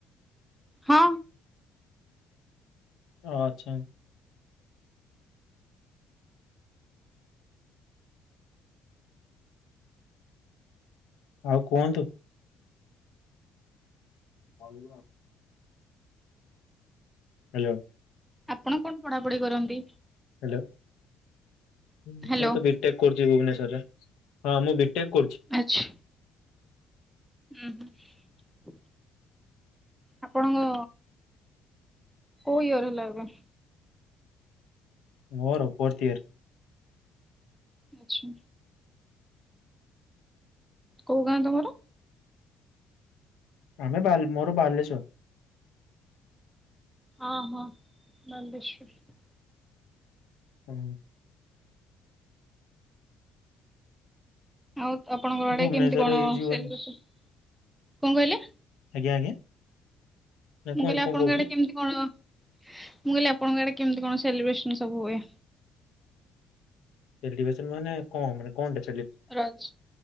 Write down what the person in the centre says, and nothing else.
ହଁ।
ଆପଣ କଣ ପଢାପଢି କରନ୍ତି?
ହ୍ୟାଲୋ
ଆଚ୍ଛା ହୁଁ ହୁଁ। ଆପଣଙ୍କ କୋଉ ଇଅର ହେଲା ଏବେ?
ଆଛା। କୋଉ ଗାଁ ତମର?
ଅ ହ ବାଲେଶ୍ୱର।
ଆଉ ଆପଣଙ୍କର ଆଡେ
କେମିତି କଣ
ସେଲିବ୍ରେସନ, କଣ କହିଲେ?
ମୁଁ
କଇଲି ଆପଣଙ୍କ
ଆଡେ କେମିତି କଣ? ମୁଁ କଇଲି ଆପଣଙ୍କ ଆଡେ କେମିତି କଣ ସେଲିବ୍ରେସନ ସବୁ ହୁଏ?
ରଜ୍